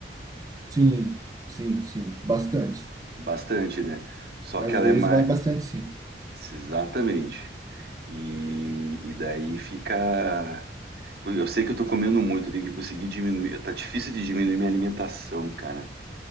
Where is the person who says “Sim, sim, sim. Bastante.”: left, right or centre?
Right